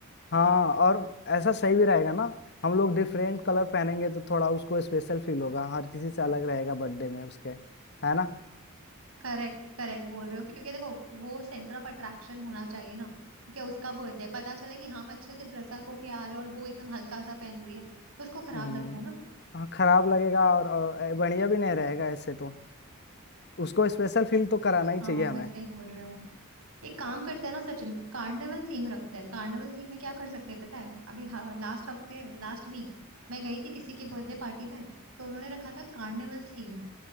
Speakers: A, on the left; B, on the right.
A: हाँ और ऐसा सही भी रहेगा ना हम लोग डिफरेंट कलर पहनेंगे तो थोड़ा उसको स्पेशल फील होगा हर किसी से अलग रहेगा बर्थडे में उसके है ना
B: करेक्ट करेक्ट बोल रहे हो क्योंकि देखो वो सेंटर ऑफ अट्रैक्शन होना चाहिए ना क्योंकि उसका बर्थडे पता चले कि हम अच्छे से ड्रेसअप होके आ रहे हैं और वो एकदम हल्का सा पहन रही है तो उसको खराब
A: हम्म
B: लगेगा ना फिर
A: हाँ खराब लगेगा और, और ए, बढ़िया भी नहीं रहेगा ऐसे तो उसको स्पेशल फील तो कराना
B: हाँ
A: ही चाहिए हमें
B: वैसा ही बोल रहे हो एक काम करते हैं ना सचिन कार्निवल थीम रखते हैं कार्निवल थीम में क्या कर सकते हैं पता है अभी लास्ट हफ्ते लास्ट वीक मैं गई थी किसी की बर्थडे पार्टी में तो उन्होंने रखा था कार्निवल थीम